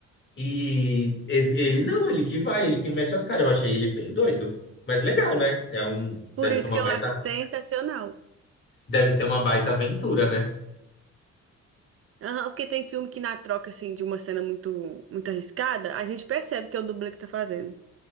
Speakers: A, on the left (about 40°); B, on the right (about 50°).
A: E es- ele não, ele que vai, ele que mete as caras. Eu achei ele bem doido. Mas legal, né? É um,
B: Por
A: deve
B: isso
A: ser uma
B: que eu
A: baita,
B: acho sensacional.
A: deve ser uma baita aventura, né?
B: Aham, porque tem filme que na troca, assim, de uma cena muito, muito arriscada, a gente percebe que é o dublê que tá fazendo.